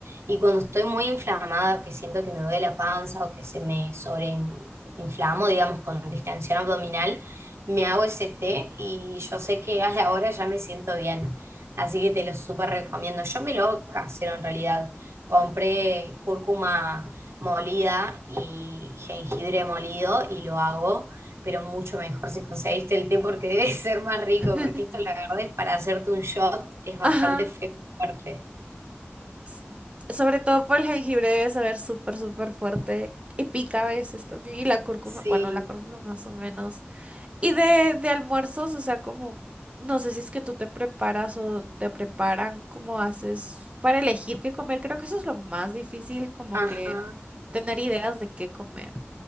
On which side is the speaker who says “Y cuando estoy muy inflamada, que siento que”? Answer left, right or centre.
Right